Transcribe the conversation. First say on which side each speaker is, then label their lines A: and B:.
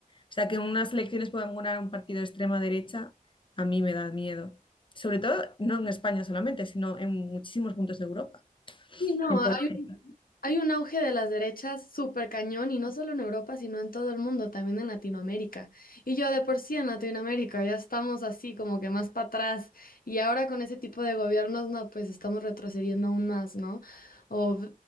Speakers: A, on the left (about 35°); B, on the left (about 80°).
A: sea, que en unas elecciones puedan ganar un partido de extrema derecha, a mí me da miedo. Sobre todo, no en España solamente, sino en muchísimos puntos de Europa,
B: Sí, no,
A: en
B: hay
A: Polonia.
B: un, hay un auge de las derechas súper cañón y no solo en Europa, sino en todo el mundo, también en Latinoamérica. Y yo de por sí en Latinoamérica ya estamos así como que más para atrás y ahora con ese tipo de gobiernos, no, pues estamos retrocediendo aún más, ¿no? O